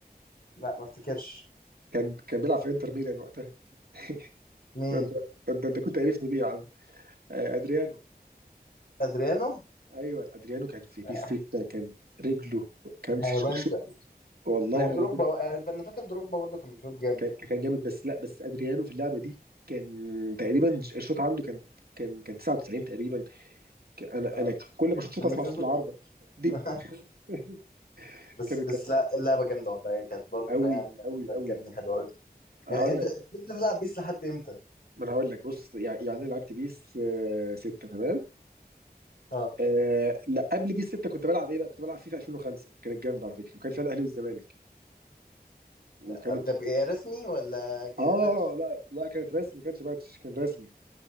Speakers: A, on the left; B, on the right.
A: لا ما افتكرش
B: كان كان بيلعب في انتر ميلان وقتها <laughs>
A: مين
B: ده انت ده انت ده انت كنت عارفني بيه يا عم آه، ادريانو
A: ادريانو
B: ايوه ادريانو كان في بيس
A: آه.
B: 6 كان رجله كان
A: انا بنسى
B: <laughs> شو والله
A: ودروجبا
B: انا كنت
A: آه، فانا فاكر دروجبا برضه كان بيشوط جامد
B: كان كان جامد بس لا بس ادريانو في اللعبه دي كان تقريبا الشوط عنده كان كان كان 99 تقريبا ك- انا
A: اه
B: انا كل ما اشوط شوط
A: كان
B: اسمع
A: بيشوط
B: صوت العارضه دي
A: <laughs>
B: ب- <laughs>
A: بس
B: كان
A: بس
B: كان
A: لا اللعبه جامده والله هي كانت برضه
B: قوي
A: فيها يعني
B: قوي
A: ذكريات
B: قوي
A: جامده حلوه أوي.
B: هقول
A: يعني انت
B: لك
A: كنت بتلعب بيس لحد امتى؟
B: ما انا هقول لك بص يعني يعني انا لعبت بيس 6 تمام
A: اه
B: آه لا قبل بيس 6 كنت بلعب ايه بقى كنت بلعب فيفا 2005 كانت جامده على فكره وكان فيها الاهلي والزمالك وكانت
A: ده بقى رسمي ولا كباتش؟
B: اه لا لا كانت رسمي ما كانش باتش كان رسمي